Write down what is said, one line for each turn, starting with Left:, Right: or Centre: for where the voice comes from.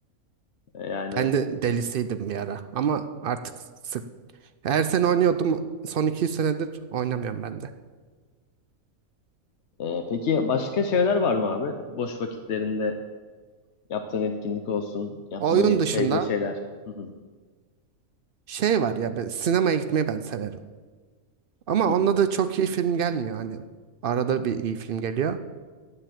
Left: Ee, yani
Right: Ben de delisiydim bir ara ama artık sık. Her sene oynuyordum. Son iki üç senedir oynamıyorum ben de.
Left: e, peki başka şeyler var mı abi? Boş vakitlerinde yaptığın etkinlik olsun, yapmayı
Right: Oyun dışında
Left: sevdiğin şeyler. Hı hı,
Right: Şey var ya ben sinemaya gitmeyi ben severim. Ama
Left: hı
Right: onda
Left: hı.
Right: da çok iyi film gelmiyor hani. Arada bir iyi film geliyor.